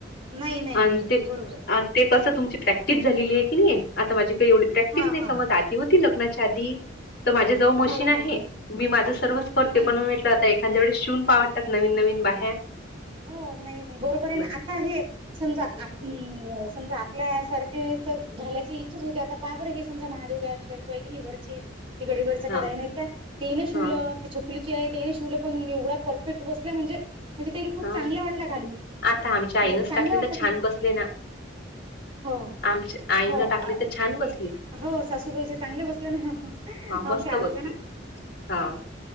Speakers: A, on the right; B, on the left.
A: नाही नाही
B: आण
A: नाही
B: ते
A: बरोबर
B: आण ते कस तुमची प्रॅक्टिस झालेली आहे की नाही आता माझी काही एवढी प्रॅक्टिस
A: हा
B: नाही
A: हा
B: समज आधी होती लग्नाच्या आधी तर माझे जवळ मशीन
A: हो
B: आहे
A: हो हो
B: मी माझं सर्वच करते
A: हम्म
B: पण म म्हटलं आता एखाद्या वे शिवून पावडतात नवीन नवीन बाहेर
A: हो नाही नाही बरोबर आहे आता
B: तर
A: हे समजा समजा आपल्या सारखे तर झाल्याची इच्छाच होते आता पहा बर हे समजा महादेव दादाची बायको आहे का नाही वर गडीवररच्या
B: हा
A: काही नाही का ते नाही शिवलं
B: हा
A: त छकुली त्यांनी शिवल पण येवढं परफेक्ट बसला म्हणजे <unintelligible>
B: हा
A: वाटल्या घालून
B: आता आमच्या
A: म्हणजे
B: आईनच
A: चांगल्या
B: टाकले
A: वाटतात
B: तर छान
A: ना
B: बसले ना
A: हो
B: आमच्या आईन
A: हो अ,
B: टाकली तर छान बसली.
A: हो सासूबाईचे चांगले बसले ना
B: हा
A: हो
B: मस्त
A: ते आलत्या
B: बसले
A: ना
B: हा